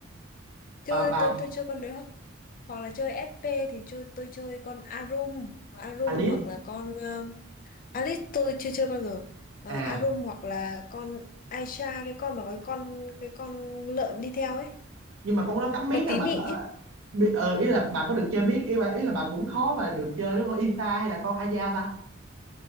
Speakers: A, on the left; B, on the right.
A: chơi
B: bà bà
A: tôi tôi chơi con đấy hoặc hoặc là chơi SP thì chơi tôi chơi con Arum Arum
B: Alice
A: hoặc là con Alice tôi chưa chơi bao giờ. À,
B: à
A: Arum hoặc là con Aisha cái con mà có cái con cái con lợn đi theo ấy.
B: nhưng mà con đó cắm miết
A: Con
B: à
A: tí
B: bà
A: nị
B: có ờ,
A: chứ.
B: bi- ờ, ý là bà có được chơi miết ý bà ý là bà cũng khó mà được chơi đúng không Isa hay là con Aya ta